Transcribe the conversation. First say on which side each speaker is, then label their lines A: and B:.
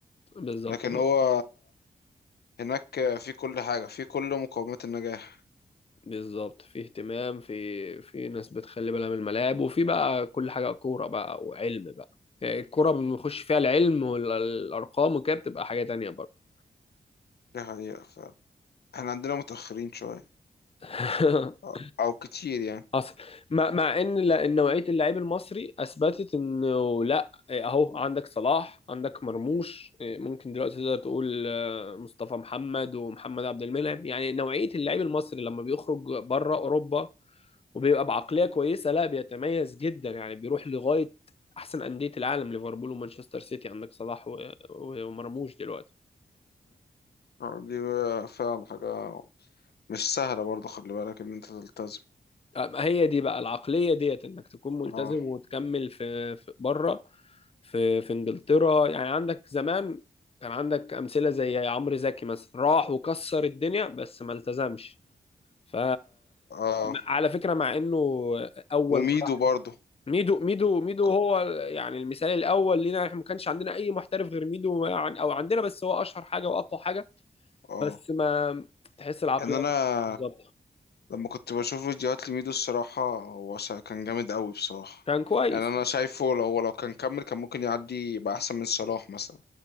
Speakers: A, on the left; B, on the left.
A: بالظبط
B: لكن هو هناك في كل حاجة في كل مقومات النجاح
A: بالظبط في اهتمام في في ناس بتخلي بالها من الملاعب وفي بقى كل حاجة كورة بقى وعلم بقى يعني الكورة بنخش فيها العلم والأرقام وكده بتبقى حاجة تانية برضه
B: ده حقيقة فعلا احنا عندنا متأخرين شوية
A: <laughs>
B: أو أو كتير يعني
A: حصل مع مع ان لا- إن نوعيه اللعيب المصري اثبتت انه لا إيه، اهو عندك صلاح عندك مرموش إيه، ممكن دلوقتي تقدر تقول آه، مصطفى محمد ومحمد عبد المنعم يعني نوعيه اللعيب المصري لما بيخرج بره اوروبا وبيبقى بعقليه كويسه لا بيتميز جدا يعني بيروح لغايه احسن انديه العالم ليفربول ومانشستر سيتي عندك صلاح و- و- ومرموش دلوقتي
B: آه، دي بقى فعلا حاجة مش سهلة برضه خلي بالك إن أنت تلتزم
A: ما هي دي بقى العقلية ديت انك تكون ملتزم
B: اه
A: وتكمل في, في بره في في انجلترا يعني عندك زمان كان عندك امثلة زي عمرو زكي مثلا راح وكسر الدنيا بس ما التزمش ف
B: اه
A: على فكرة مع انه اول
B: وميدو
A: مرة
B: برضه
A: ميدو ميدو ميدو
B: ك-
A: هو يعني المثال الاول لينا احنا ما كانش عندنا اي محترف غير ميدو يعني او عندنا بس هو اشهر حاجة واقوى حاجة
B: اه
A: بس ما تحس العقلية
B: يعني أنا
A: مش بالظبط
B: لما كنت بشوف فيديوهات لميدو الصراحة هو شا- كان جامد أوي بصراحة
A: كان كويس
B: يعني أنا شايفه لو هو لو كان كمل كان ممكن يعدي يبقى أحسن من صلاح مثلا